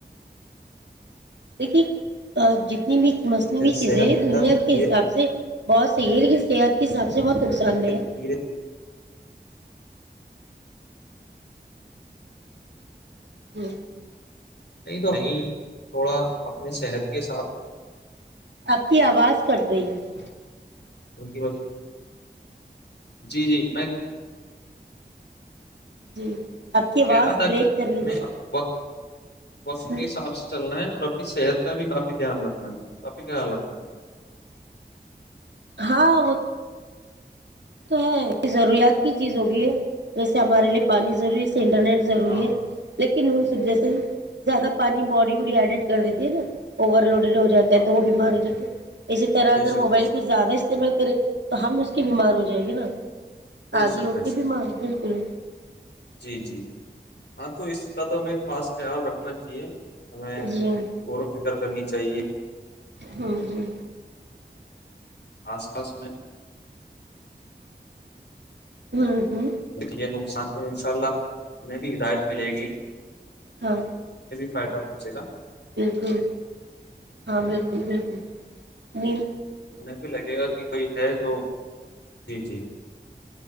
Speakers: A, on the right; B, on the left.
A: دیکھیے جتنی بھی مصنوعی چیزیں
B: صحت
A: ہیں
B: کے
A: دنیا
B: اندر
A: کے
B: دھیرے
A: حساب سے بہت سہل کی صحت کے حساب سے بہت نقصان دہ ہے
B: دھیرے
A: جی
B: نہیں تو وہیں تھوڑا اپنے صحت کے ساتھ
A: آپ کی آواز کرٹ رہی اس
B: کیونکی بس جی جی میں
A: جی <inaudible> آواز
B: کہہ رہا تھا
A: بریک
B: کہ
A: کر رہی
B: ہمیںب وقت وقت
A: ہے
B: کے حساب سے چلنا ہے اور اپنی صحت کا بھی کافی دھیان رکھنا ہے کافی خیال رکھنا ہے
A: ہاں وہ تو ہے ضروریات
B: ہلو
A: کی چیز ہوگی ہے جیسے
B: جی
A: ہمارے لیے پانی ضروری انٹرنیٹ ضروری
B: ہاں
A: ہے لیکن ک نہیں ہو سک جس سے زیادہ
B: جی
A: پانی بوڑی ایڈٹ کر دیتی ہے نا اوور لوڈن ہو جاتا
B: ہاں
A: ہے تو وہ بیمار ہو جاتا ہیں اسی طرح
B: بے
A: اگر
B: شک
A: موبائل
B: بے شک
A: کو زیادہ استعمال کریں تو ہم اس کے بیمار ہو ج جائے گی نا
B: بے
A: آاد
B: شک
A: اوکے
B: بے شک
A: بیمار بالکل
B: جی جی ہاں تو اس کا تو ہمیں خاص خیال رکھنا چاہیے ہمیں
A: جی ہوں
B: گورو ف ر کرنی جاہے
A: ہاں ہاں
B: آس پاس میں
A: ہوں ہوں
B: یہ نقصان تو انشاء اللہ انہیں بھی ہدایت ملے گی
A: ہاں
B: فائد پہنچے گا
A: بالکل ہاں بالکل بالکل ن
B: انہیں بھی لگے گا کہ کوئی ہے وہ جی جی